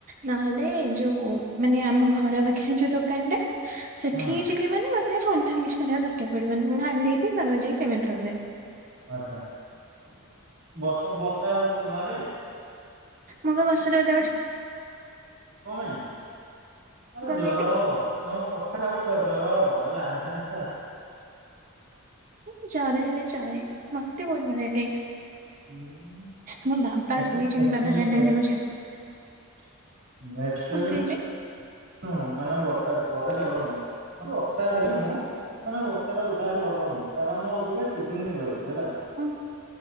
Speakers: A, on the right; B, on the right.
A: ନହେଲେ ଯୋଉଁ ମାନେ ଆମ ଘର ପାଖରେ ଯୋଉଁ ଦୋକାନ ଟା ସେଠି
B: ହୁଁ
A: ଯିବି ମାନେ ମତେ ଫୋନ ଫାନ କିଛି କରିବାକୁ ଦରକାର ପଡ଼ିବନି ମୁଁ ଆଣିଲେ ଭାରି ବାବା ଯାଇକି ପେମେଣ୍ଟ କରିଦେବେ।
B: ଆଛା ବର୍ଷା ବର୍ଷା ହଉଛି ତମ ଆଡେ?
A: ମୁଁ ବା ବର୍ଷା ରେ ଓଦା ହେଉଚି।
B: କଣ ପାଇଁ ଆରେ
A: କଣ
B: ଜର
A: କହିଲେ
B: ହବ ନ <unintelligible> ଜର ହବ ହେଲା ହାଁ ହାଁ
A: ସେ ଜର ହେଲେ ଚଳେ ମତେ ବହୁତ ବଢ଼ିଆ ଲାଗେ।
B: ହୁଁ
A: ମୋ ବାବା ଶୋଇଛନ୍ତି ବାବା ଜାଣିନାହାନ୍ତି
B: <unintelligible>
A: ମୋ ଛା କଣ କହିଲେ
B: ହୁଁ ମାନେ ବର୍ଷା ବର୍ଷା <inaudible> ହଁ ବର୍ଷା ହେଲେ ହୁଁ। ମାନେ ବର୍ଷାର ଉଦା ଭଲ ନୁହଁ କାରଣ ମୁଁ ଅବିକା ସିଜିନ୍ ରେ <unintelligible> ହେଲା।
A: ହୁଁ